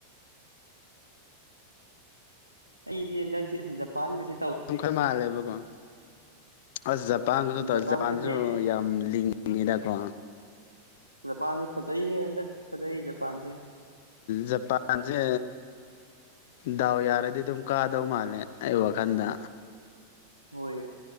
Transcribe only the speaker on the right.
ꯑꯩꯗꯤ ꯅꯪꯁꯤ ꯖꯄꯥꯟꯒꯁꯤ
ꯖꯄꯥꯟꯒꯁꯦ
ꯖꯄꯥꯟꯁꯤ ꯐꯖꯩ ꯍꯟꯗꯛ ꯐꯖꯩ ꯖꯄꯥꯟꯁꯦ꯫
ꯍꯣꯏ꯫